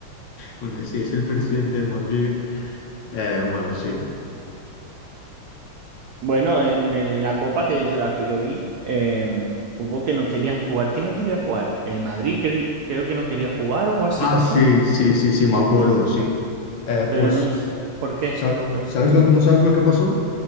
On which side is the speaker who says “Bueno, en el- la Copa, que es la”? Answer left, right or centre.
Right